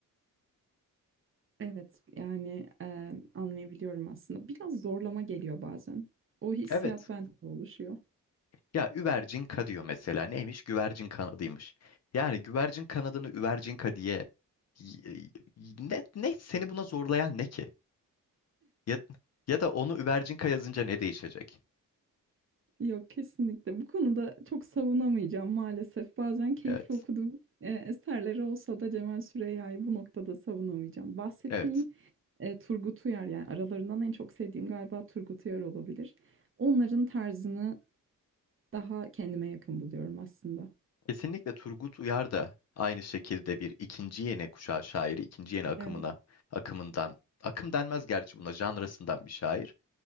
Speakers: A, on the right; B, on the left.
A: Evet yani e, anlayabiliyorum aslında. Biraz zorlama geliyor bazen. O hissiyat
B: Evet.
A: bende de oluşuyor.
B: Ya üvercinka diyor mesela. Neymiş? Güvercin kanadıymış. Yani güvercin kanadını üvercinka diye y- y- ne, ne seni buna zorlayan ne ki? Ya, ya da onu Üvercinkaya yazınca ne değişecek?
A: Yok kesinlikle. Bu konuda çok savunamayacağım maalesef. Bazen keyifli
B: Evet.
A: okuduğum e, eserleri olsa da Cemal Süreyya'yı bu noktada savunamayacağım. Bahsettiğim
B: Evet.
A: e, Turgut Uyar yani aralarından en çok sevdiğim galiba Turgut Uyar olabilir. Onların tarzını daha kendime yakın buluyorum aslında.
B: Kesinlikle Turgut Uyar da aynı şekilde bir ikinci yeni kuşağı şairi, ikinci yeni akımına,
A: Evet.
B: akımından, akım denmez gerçi buna, janrasından bir şair.